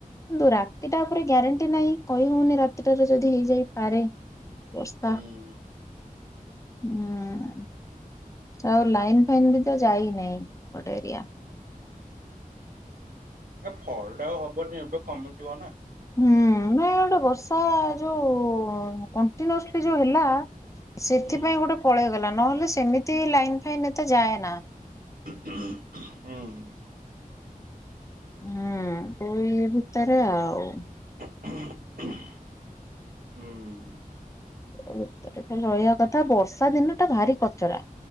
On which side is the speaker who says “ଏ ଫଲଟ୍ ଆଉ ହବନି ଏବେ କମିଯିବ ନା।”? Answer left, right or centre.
Right